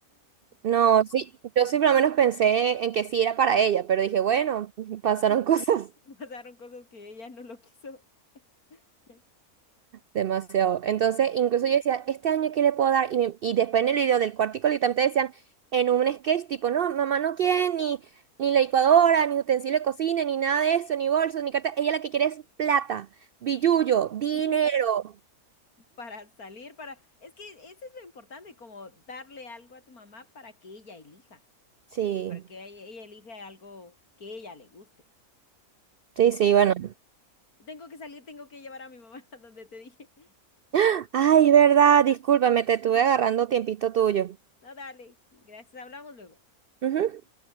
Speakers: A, on the left; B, on the right.
A: <laughs>
B: No,
A: Salga-
B: sí, yo sí por lo menos pensé en que sí era para ella, pero dije, bueno, <laughs> pasaron
A: <laughs>
B: cosas
A: Pasaron cosas que ella no lo quiso. <laughs>
B: demasiado. Entonces,
A: Sí.
B: incluso yo decía, este año qué le puedo dar. Y, me- y después en el video del cuartico literalmente decían en un sketch tipo, no, mamá no quiere ni, ni la licuadora, ni utensilio de cocina, ni nada de eso, ni bolsos, ni carta. Ella la que quiere es plata, billullo, dinero.
A: <laughs> para salir, para... Es que eso es lo importante, como darle algo a tu mamá para que ella elija,
B: Sí,
A: para que ella, ella elija algo que ella le guste.
B: sí, sí,
A: Pero
B: bueno.
A: tengo que salir, tengo que llevar a mi mamá <laughs> a donde te dije.
B: <gasps> Ay, es verdad, discúlpame, te estuve agarrando tiempito tuyo.
A: No, dale, gracias, hablamos luego.
B: Ujú.